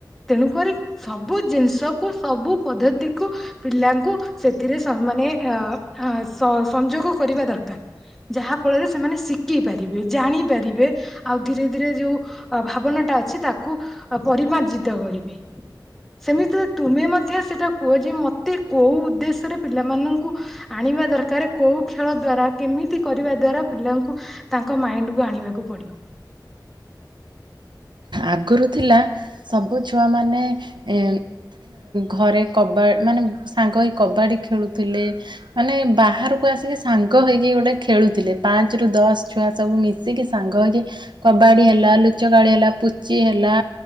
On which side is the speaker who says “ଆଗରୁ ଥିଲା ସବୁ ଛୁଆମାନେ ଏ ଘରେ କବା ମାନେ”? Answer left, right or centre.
Right